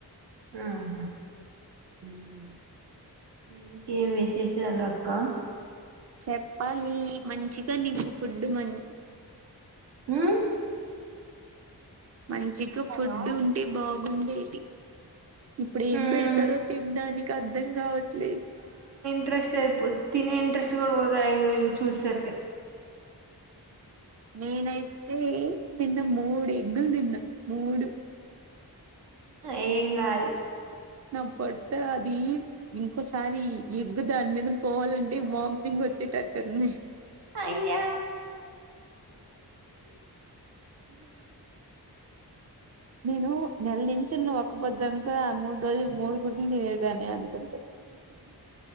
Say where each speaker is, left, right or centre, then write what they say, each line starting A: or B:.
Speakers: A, on the right; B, on the right.
A: ఆ హ
B: మ్
A: ఇంకేం విశేషాలు అక్క
B: చెప్పాలి మంచిగా నీకు ఫుడ్ మన్
A: మ్
B: మంచిగ ఫుడ్ ఉంటే బాగుండేది. ఇప్పుడు ఏం
A: ఉమ్
B: పెడ్తారో తిన్డానికి అర్ధం కావట్లేదు.
A: ఇంట్రెస్టే పో తినే ఇంట్రెస్ట్ గుడ పోతది ఇగో ఇది చూసే సరికి
B: నేనైతే నిన్న మూడు ఎగ్గుల్ తిన్న మూడు
A: ఏం కాదు.
B: నా పొట్ట అది ఇంకోసారి ఎగ్ దాని మీద పోవాలంటే వామిటింగ్ వచ్చేటట్టుంది.
A: అయ్యా
B: నేను నెల నించిన్న ఒక్కపొద్దంతా మూడు రోజులు మూడు గుడ్లు తినేదనే అనుకుంటర్